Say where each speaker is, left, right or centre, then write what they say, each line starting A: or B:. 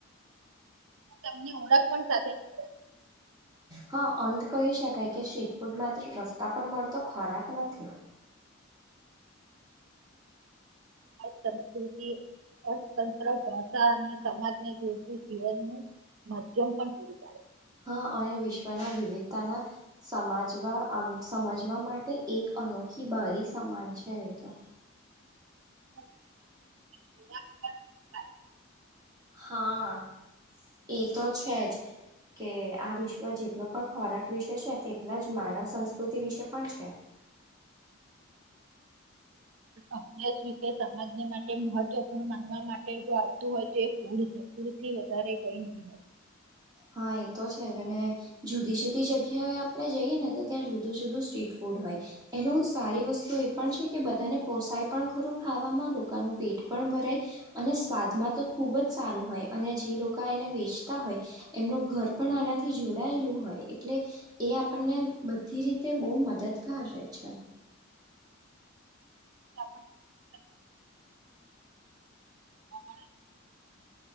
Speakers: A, on the right (about 70°); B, on the right (about 20°).
A: તમની ઓળખ પણ સાથે જ <unintelligible>
B: હા અંત કહી શકાય કે સ્ટ્રીટ ફૂડ માત્ર રસ્તા પર મળતો ખોરાક નથી.
A: સંસ્કૃતિ, અર્થતંત્ર, ભાષા અને સમાજને જોડતું જીવનનું માધ્યમ પણ પૂરું પાડે.
B: હા અને વિશ્વના વિવિધતાના સમાજવા સમજવા માટે એક અનોખી બારી સમાન છે એ તો.
A: છે. ખોરાક પણ પૂરી પાડે
B: હા એ તો છે જ કે આ વિશ્વ જેટલો પણ ખોરાક વિશે છે તેટલા જ માનવ સંસ્કૃતિ વિશે પણ છે.
A: અભ્યાસ વિશે સમાજને માટે મહત્વપૂર્ણ માનવા માટે જો આવતું હોય તો એ ફૂળ છે ફૂડથી વધારે કઈ નહી હોય.
B: હા એ તો છે અને જુદી જુદી જગ્યાએ આપણે જઈએ ને તો ત્યાં જુદું જુદું સ્ટ્રીટ ફૂડ હોય એનું સારી વસ્તુ એ પણ છે કે બધાને પોસાય પણ ખરું ખાવામાં લોકોનું પેટ પણ ભરાય અને સ્વાદમાં તો ખુબ જ સારું હોય અને જે લોકો એને વેચતા હોય એમનું ઘર પણ આનાથી જોડાયેલું હોય એટલે એ આપણને બધી રીતે બહુ મદદગાર રહેે છે.
A: <inaudible> જાણવા મળે